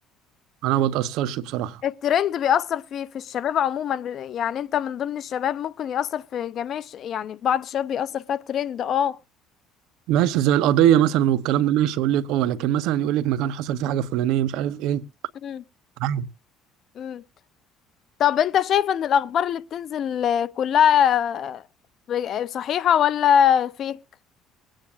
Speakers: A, on the right (about 75°); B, on the left (about 50°).
A: انا ما بتاثرش بصراحه
B: الترند بيأثر في في الشباب عموما ب- يعني انت من ضمن الشباب ممكن يأثر في جميع الش- يعني بعض الشباب بيأثر فيها الترند اه
A: ماشي زي القضيه مثلا والكلام ده ماشي اقول لك اه لكن مثلا يقول لك مكان حصل فيه حاجه فلانيه مش عارف ايه
B: مم.
A: عادي.
B: مم. طب انت شايف ان الأخبار اللي بتنزل آه، كلها آه، ب- صحيحة ولا فيك